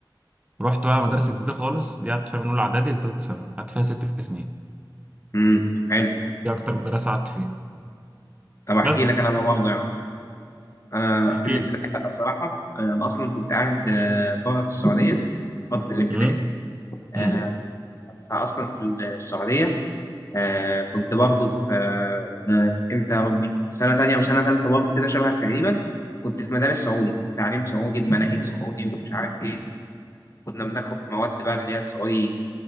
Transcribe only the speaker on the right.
رحت بقى مدرسة جديدة خالص دي قعدت فيها من أولى إعدادي لتالتة ثانوي قعدت فيها ست سنين
دي أكتر مدرسة قعدت فيها
بس
احكي
لي
امم
امم